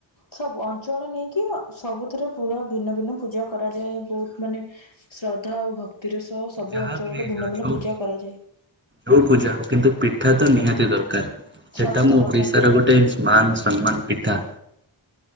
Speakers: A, on the left; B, on the right.
A: ସବୁ ଅ ଅଞ୍ଚଳ ନେଇକି ସବୁଥିରେ ପୁରା ଭିନ୍ନ ଭିନ୍ନ ପୂଜା କରାଯାଏ ବହୁତ ମାନେ ଶ୍ରଦ୍ଧା ଆଉ ଭକ୍ତି କ୍ତିର ସହ ସବୁ
B: ଯାହା
A: ଅଞ୍ଚଳରେ
B: ବି ହେଇଯାଉ
A: ଭିନ୍ନ ଭିନ୍ନ
B: ଯୋଉ
A: ପୂଜା କରାଯାଏ।
B: ହଉ ପୂଜା ହଉ କିନ୍ତୁ ପିଠା ତ ନିହାତି ଦରକାର, ସେଟା
A: ସତ
B: ମୁଁ
A: କଥା
B: ଓଡିଶାର ଗୋଟେ ମାନ ସମ୍ମାନ ପିଠା।